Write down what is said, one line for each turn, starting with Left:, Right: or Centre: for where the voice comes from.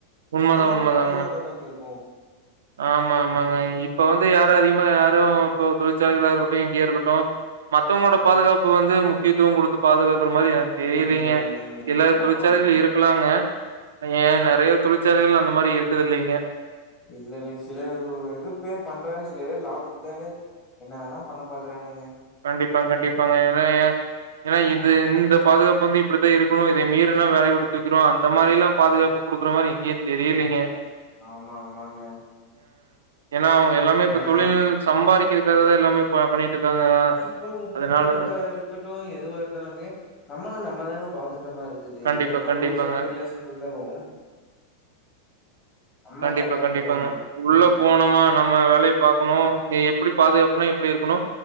Right: உண்மதான்,
Left: எல்லாமே
Right: உண்மதாங்க.
Left: பாதுகாப்பாதாங்க இருக்கு
Right: ஆமா ஆமாங்க இப்ப வந்து யாரு அதிகமா யாரு இப்போ தொழிற்சாலைகளா இருக்கட்டு எங்கேயா இருக்கட்டு மத்தவங்களோட பாதுகாப்பு வந்து முக்கியத்துவ குடுத்து பாதுகாப்பு இருக்குற மாதிரி எனக்கு தெரியலீங்க
Left: ம்.
Right: எல்லா
Left: ஆமாமாங்க.
Right: தொழிற்சாலைல இருக்கலாங்க இல்லங்க நெறய தொழிற்சாலைகள் அந்த மாதிரி இருக்குது இல்லைங்க
Left: இல்ல இலல்ங்க சில இது பேர் பண்றாங்க சில பேர் லாபத்துக்க என்ன வேணா பண்ண பாக்குறானுங்க
Right: கண்டிப்பாங்க கண்டிப்பாங்க ஏன்னா ஏ ஏன்னா இது இந்த பாதுகாப்பு வந்து இப்டித்தா இருக்கனு இத மீறுனா வேலய விட்டு தூக்கிருவாங்க அந்த மாரி எல்லா பாதுகாப்பு குடுக்குற மாரி எங்கேயே தெரியலைங்க
Left: ஆமா ஆமாங்க
Right: ஏன்னா அவுங்க எல்லாமே இப்ப
Left: ஏன்னா
Right: தொழில் சம்பாதிக்கிறது க்காக எல்லாமே பண்ணிட்டு இருக்காங்க
Left: இப்ப ஒரு
Right: அதனால
Left: தொழிலுக்கா இருக்கட்டு எதுவாக இருந்தாலுமே நம்மள நம்ம தாங்க பா இருக்குற மாரி இருக்குது
Right: கண்டிப்பா,
Left: என்னதா
Right: கண்டிப்பாங்க.
Left: ரூல்ஸ் அன்ட் ரெகுலேஷன் இருந்தாலு நம்ம
Right: கண்டிப்பா
Left: கரெக்டா
Right: கண்டிப்பாங்க
Left: இருந்துக்கணுங்க
Right: உள்ள
Left: ம்
Right: போனோமா நம்ம வேலய பாக்கணு எப்டி பாதுகாப்புனா எப்டி இருக்கணு